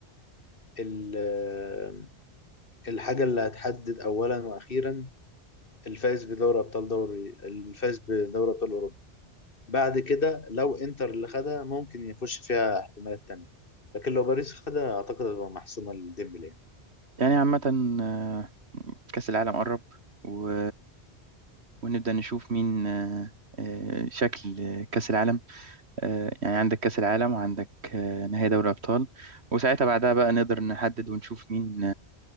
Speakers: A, on the left (about 55°); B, on the right (about 70°).
A: ال ال- الحاجه اللي هتحدد اولا واخيرا الفائز بدوري ابطال دوري الفائز بدوري ابطال اوروبا بعد كده لو انتر اللي خدها ممكن يخش فيها احتمالات تانية لكن لو باريس خدها اعتقد هتبقى محسومه لديمبلي يعني.
B: يعني عامة آه كاس العالم قرب و... ونبدأ نشوف مين آه آه شكل كاس العالم آه، يعني عندك كأس العالم وعندك آه، نهائي دوري أبطال وساعتها بعدها بقى نقدر نحدد ونشوف مين